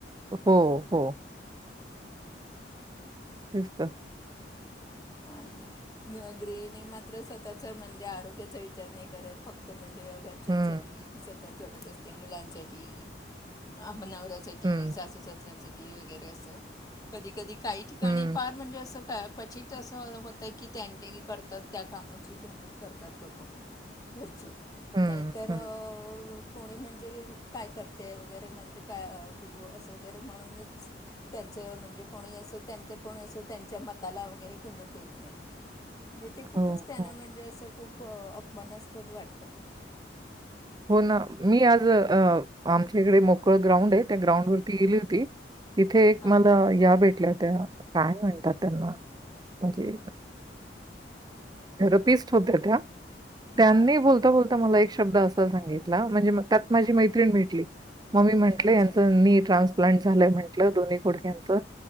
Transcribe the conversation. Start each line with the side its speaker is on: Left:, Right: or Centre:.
Right: हो हो तेचं तं
Left: आणि गृहिणीं मात्र स्वंतःच्यां म्हणजे आरोग्यांचा विचारं नाहीं करतं फक्तं तो म्हणजे घरच्यांसांठी
Right: हं,
Left: संततं झटतं असते मुलांसांठी आपणं नवऱ्यांसांठी
Right: हं,
Left: सासू सासंऱ्यांसांठी वगैरें असं कधीं कधीं कांहीं ठिकाणीं
Right: हं,
Left: फांर म्हणजे असं कायं क्वचितं असं होतंय की त्यांनीं करतांत त्यां कामांची किंमत करतांत लोकं घरचे
Right: हं,
Left: नाहीं तरं
Right: हं.
Left: अ कोणी म्हणजे कायं करतें वगैरें म्हणजे कायं असं वगैरें म्हणूनचं त्यांचं म्हणजे कोणी असो त्यांचं कोणी असो त्यांच्यां मं त्यांला वगैरें किंमत देतं नाहीं म्हणजे ते खूपचं
Right: हो,
Left: त्यांनं
Right: हो.
Left: म्हणजे असं खूंप प अपमानास्पंद वाटतं
Right: हो नां मी आंज आमच्यां इकडे मोकळं ग्राउंड आहे त्यां ग्राउंड वरती गेली होती तिथे एक
Left: हां
Right: मंला यां भेटल्यां कायं म्हणतांत मे हेरोपिस्टं होत्यां त्यां त्यांनी
Left: हां
Right: बोलतां बोलतां मंला एक शब्दं असां सांगितलां म्हणजे त्यांत माझी मैत्रिण भेटली मं मी म्हटलं
Left: अच्छा
Right: यांचं नी ट्रान्सप्लांट झालंय म्हटलं दोन्हीं गुडक्यांचं